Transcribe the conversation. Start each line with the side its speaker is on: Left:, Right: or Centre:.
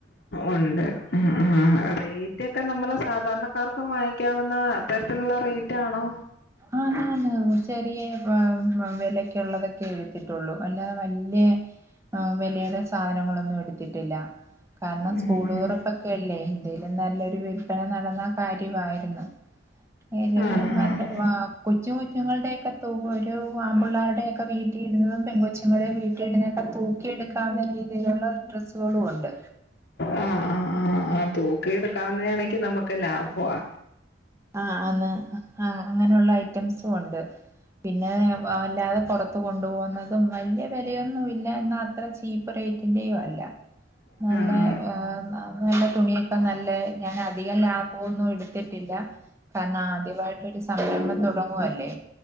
Left: ഉണ്ട് ഉം ഉം റേറ്റ് ഒക്കെ നമ്മള് സാധാരണക്കാർക്കും വാങ്ങിക്കാവുന്ന തരത്തിലുള്ള റേറ്റ് ആണോ
Right: ആ ആ ന ചെറിയ വിലക്ക ഉള്ളതൊക്കെ എഴുത്തിട്ടുള്ളു വല്ലാ വല്ല്യേ ആ വിലയുടെ സാധനങ്ങളൊന്നും എടുത്തിട്ടില്ല കാരണം സ്കൂൾ
Left: ഉം ഉം
Right: തുറപ്പൊക്കെ അല്ലേ എന്തേ നല്ലൊരു വില്പന നടന്ന കാര്യമായിരുന്നു ഏ <unintelligible>
Left: ആഹ് ആഹ്
Right: കൊച്ചു കുഞ്ഞുങ്ങളുടെയ ഒക്കെ തൂ ഒരു ആമ്പിള്ളേരുടെൊക്കെ വീട്ടി ഇടുന്നതും പെ കൊച്ചുങ്ങളുടെയും വീട്ടി ഇടുന്നതൊക്കെ തു ക്കി എടുക്കാവുന്ന രീതിയിലുള്ള ഡ്രസ്സുകളും ഉണ്ട്
Left: ആ ആ ആഹ് ആ തൂക്കി എടുക്കാവുന്നാണെങ്കി നമുക്ക് ലാഭവാ
Right: ആ അന്ന് ആ അങ്ങനെയുള്ള ഐറ്റംസും ഉണ്ട് പിന്നെ അല്ലാതെ പുറത്ത് കൊണ്ടു പോകുന്നത് വല്ല്യ വിലയൊന്നും ഇല്ല എന്നാ അത്ര ചീപ്പ് റേറ്റ് ഇന്റെയും അല്ല
Left: ആ
Right: നല്ല
Left: ആ ആ ആ ആ
Right: ഏ നല്ല തുണിയൊക്കെ നല്ല ഞാൻ അധികം ലാഭമൊന്നും എടുത്തിട്ടില്ല കാരണം ആദ്യമായിട്ടൊരു സംരംഭം തുടങ്ങുഅല്ലെ